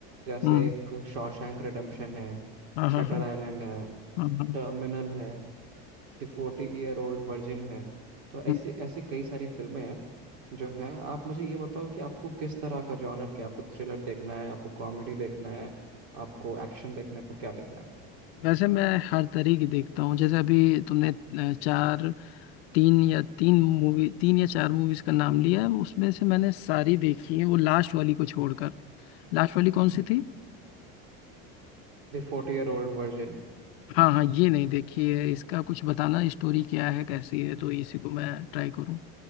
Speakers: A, on the right; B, on the left.
A: जैसे
B: हम्म,
A: एक शॉशैंक रिडेम्पशन है
B: हाँ हाँ
A: शटर
B: हाँ हाँ
A: आइलैंड है
B: हाँ, हम्म,
A: टर्मिनल है द फोर्टी ईयर ओल्ड वर्जिन है तो
B: हम्म।
A: ऐसे ऐसे कई सारी फिल्में हैं जो हैं आप मुझे ये बताओ कि आपको किस तरह का जॉनर क्या है? आपको थ्रिलर देखना है आपको कॉमेडी देखना है आपको एक्शन देखना है आपको क्या देखना है
B: वैसे मैं हर तरह की देखता हूँ जैसे अभी तुमने अ, चार तीन या तीन मूवी तीन या चार मूवीज का नाम लिया है उसमें से मैंने सारी देखी है वो लास्ट वाली को छोड़कर लास्ट वाली कौन सी थी
A: The फोर्टी year old virgin
B: हाँ हाँ ये नहीं देखी है इसका कुछ बताना स्टोरी क्या है कैसी है तो इसी को मैं ट्राई करूँ